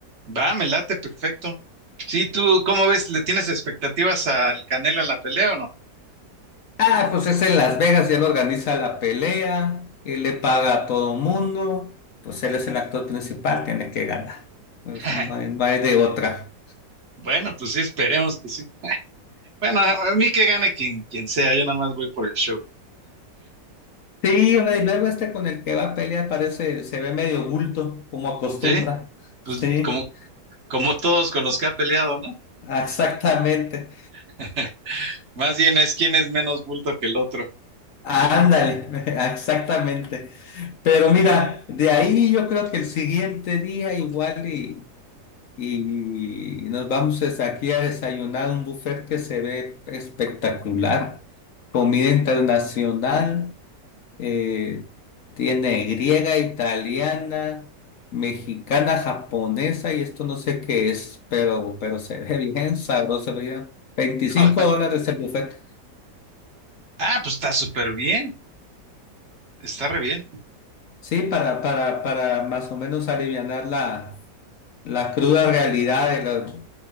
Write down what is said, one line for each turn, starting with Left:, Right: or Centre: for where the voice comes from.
Right: Va, me late, perfecto. Sí, tú, ¿cómo ves? ¿Le tienes expectativas al Canelo en la pelea o no?
Left: Ah, pues es en Las Vegas y él organiza la pelea, y le paga a todo mundo, pues él es el actor principal, tiene que ganar. Pues
Right: <laughs>
Left: no hay, no hay de otra.
Right: Bueno, pues sí, esperemos que sí. Bueno, a a mí que gane quien, quien sea, yo nada más voy por el show.
Left: Sí, hombre, y luego este con el que va a pelear parece, se ve medio bulto, como acostumbra.
Right: Sí, pues
Left: Sí,
Right: como, como todos con los que ha peleado, ¿no?
Left: exactamente.
Right: <laughs> Más bien es quién es menos bulto que el otro.
Left: Ándale, <laughs> exactamente. Pero mira, de ahí yo creo que el siguiente día igual y, y nos vamos es aquí a desayunar a un buffet que se ve espectacular. Comida internacional. eh, tiene griega, italiana, mexicana, japonesa y esto no sé qué es, pero, pero se ve bien sabroso, ya 25
Right: <laughs>
Left: dólares el buffet.
Right: Ah, pues está súper bien, está re bien.
Left: Sí, para, para, para más o menos alivianar la, la cruda realidad de la-